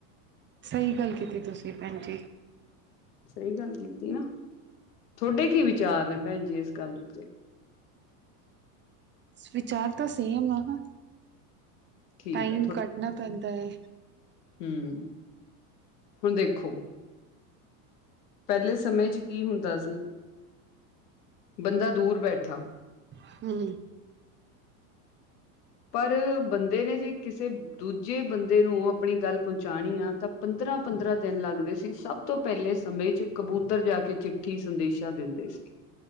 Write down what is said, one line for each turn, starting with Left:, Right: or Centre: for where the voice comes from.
Right: ਸਹੀ ਗੱਲ ਕੀਤੀ ਤੁਸੀਂ ਭੈਣ ਜੀ।
Left: ਸਹੀ ਗੱਲ ਕੀਤੀ ਨਾ, ਤੁਹਾਡੇ ਕੀ ਵਿਚਾਰ ਨੇ ਭੈਣ ਜੀ ਇਸ ਗੱਲ ਉੱਤੇ
Right: ਵਿਚਾਰ ਤਾਂ ਸੇਮ ਆਨਾ
Left: ਠੀਕ
Right: ਟਾਈਮ ਕੱਢਣਾ ਪੈਂਦਾ ਹੈ।
Left: ਹੂ ਹੁਣ ਦੇਖੋ ਪਹਿਲੇ ਸਮੇਂ ਚ ਕੀ ਹੁੰਦਾ ਸੀ, ਬੰਦਾ ਦੂਰ ਬੈਠਾ
Right: <unintelligible>
Left: ਪਰ ਬੰਦੇ ਨੇ ਜੇ ਕਿਸੇ ਦੂਜੇ ਬੰਦੇ ਨੂੰ ਆਪਣੀ ਗੱਲ ਪਹੁੰਚਾਉਣੀ ਆ ਤਾਂ ਪੰਦਰਾਂ ਪੰਦਰਾਂ ਦਿਨ ਲੱਗਦੇ ਸੀ, ਸਭ ਤੋਂ ਪਹਿਲੇ ਸਮੇਂ ਚ ਕਬੂਤਰ ਜਾ ਕੇ ਚਿੱਠੀ ਸੰਦੇਸ਼ਾਂ ਦਿੰਦੇ ਸੀ।